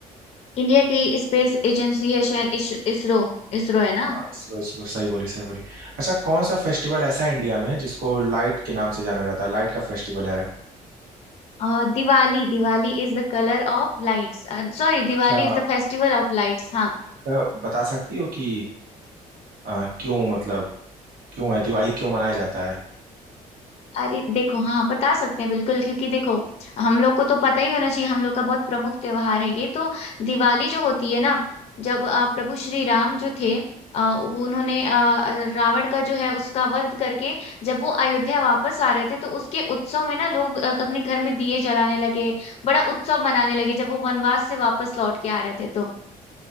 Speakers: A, on the left; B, on the right.
A: इंडिया की स्पेस एजेंसी है शायद इस, इसरो इसरो है ना
B: हाँ इसरो इसरो सही बोली सही बोली अच्छा कौन सा फेस्टिवल ऐसा है इंडिया में जिसको लाइट के नाम से जाना जाता है लाइट का फेस्टिवल है
A: अ, Diwali Diwali is the colour of lights Sorry
B: अच्छा
A: Diwali is the festival of lights हाँ
B: अच्छा बता सकती हो कि आ, क्यों मतलब क्यों है दिवाली क्यों मनाया जाता है
A: अरे देखो हाँ बता सकते हैं बिल्कुल क्योंकि देखो हम लोग को तो पता ही होना चाहिए हम लोग का बहुत प्रमुख त्योहार है ये तो दिवाली जो होती है ना जब अ, प्रभु श्री राम जो थे अ, वो उन्होंने अ, अ, रावण का जो है उसका वध करके जब वो अयोध्या वापस आ रहे थे तो उसके उत्सव में ना लोग अ, अपने घर में दिए जलाने लगे बड़ा उत्सव मनाने लगे जब वो वनवास से वापस लौट के आ रहे थे तो